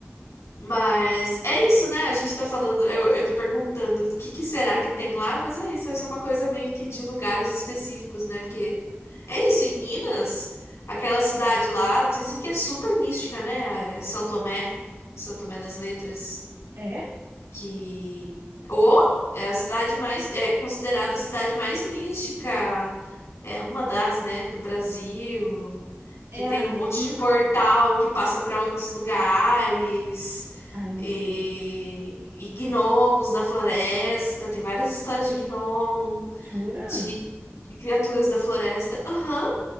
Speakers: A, on the left; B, on the right.
A: Mas é isso, né? A gente tá falando, eu, eu tô perguntando o que que será que tem lá, mas é isso, essa é uma coisa meio que de lugares específicos, né? Porque é isso, em Minas, aquela cidade lá, dizem que é super mística, né? É São Tomé, São Tomé das Letras
B: É?
A: que ou é a cidade mais é considerada a cidade mais mística, é uma das, né, do Brasil,
B: É.
A: que tem um monte
B: Não,
A: de portal que passa para outros lugares
B: ai, não
A: e,
B: sei.
A: e gnomos da floresta, tem várias histórias de gnomo,
B: Jura?
A: de, de criaturas da floresta. Aham.